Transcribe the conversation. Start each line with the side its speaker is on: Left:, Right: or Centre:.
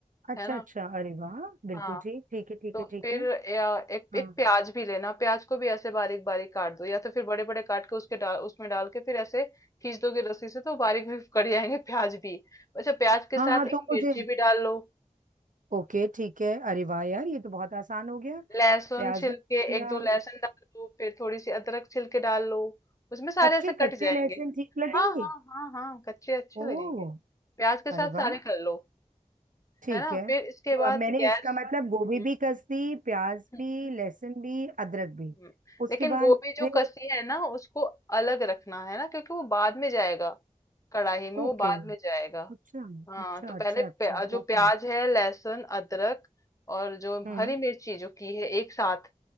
Right: अच्छा
Left: है ना
Right: अच्छा अरे वाह बिल्कुल
Left: हाँ
Right: ठीक ठीक है ठीक
Left: तो
Right: है ठीक
Left: फिर
Right: है
Left: या एक
Right: हाँ
Left: एक प्याज भी लेना प्याज को भी ऐसे बारीक बारीक काट दो या तो फिर बड़े बड़े काट के उसके डाल उसमें डाल के फिर ऐसे खींच दोगे रस्सी से तो बारीक भी कट जाएंगे प्याज भी अच्छा प्याज के
Right: हाँ
Left: साथ
Right: हाँ तो
Left: एक मिर्ची
Right: मुझे
Left: भी डाल लो
Right: ओके ठीक है अरे वाह यार ये तो बहुत आसान हो गया
Left: लहसुन
Right: प्याज
Left: छिल
Right: भी दिया
Left: के एक दो लहसुन डाल लो फिर थोड़ी सी अदरक छिल के डाल लो उसमें सारे
Right: कच्चे
Left: ऐसे कट
Right: कच्चे
Left: जाएंगे
Right: लहसुन ठीक लगेंगे
Left: हाँ हाँ हाँ हाँ कच्चे अच्छे
Right: ओह
Left: लगेंगे प्याज के
Right: अरे
Left: साथ
Right: वाह
Left: सारे कर लो
Right: ठीक
Left: है ना
Right: है
Left: फिर इसके
Right: तो
Left: बाद
Right: अब मैंने
Left: गैस
Right: इसका मतलब गोभी
Left: हम्म
Right: भी कस दी प्याज
Left: हम्म।
Right: भी लहसुन भी अदरक भी
Left: हम्म,
Right: उसके
Left: लेकिन
Right: बाद
Left: गोभी जो
Right: फिर
Left: कसी है ना उसको अलग रखना है ना क्योंकि वो बाद में जाएगा कढ़ाई में
Right: ओके
Left: वो बाद में जाएगा
Right: अच्छा
Left: हाँ
Right: अच्छा
Left: तो
Right: अच्छा
Left: पहले
Right: अच्छा
Left: प्या, जो प्याज
Right: ओके
Left: है लहसुन अदरक और जो
Right: हम्म
Left: हरी मिर्ची जो की है एक साथ